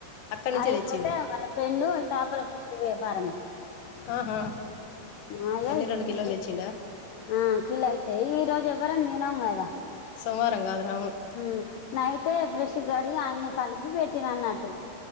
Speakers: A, on the left; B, on the left.
A: అక్కడి నుంచే
B: ఆడిపోతే
A: తెచ్చిండు
B: వాళ్ళ ఫ్రెండు చాపల ఫిష్ వ్యాపారము
A: ఆహా
B: ఆ ఇగో
A: ఎన్ని
B: ఇచింది
A: రెండు కిలోలు తెచ్చిండా
B: అయో కిలో అయితయ్ ఈ రోజు ఎవ్వరం తినం కదా
A: సోమవారం కాదు రావును
B: ఊ నైటే బ్రష గడి అన్ని కలిపి పెట్టిన అన్నట్టు